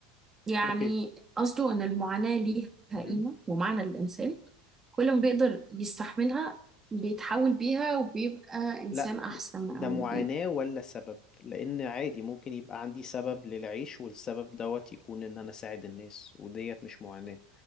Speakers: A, on the right; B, on the left.
A: يعني
B: اوكي
A: قصده إن المعاناة ليها
B: مهم.
A: قيمة ومعنى للإنسان كل ما بيقدر يستحملها بيتحول بيها وبيبقى إنسان
B: لا
A: أحسن
B: ده
A: أو
B: معاناة
A: بي...
B: ولا سبب لأن عادي ممكن يبقى عندي سبب للعيش والسبب دوت يكون إن أنا أساعد الناس وديت مش معاناة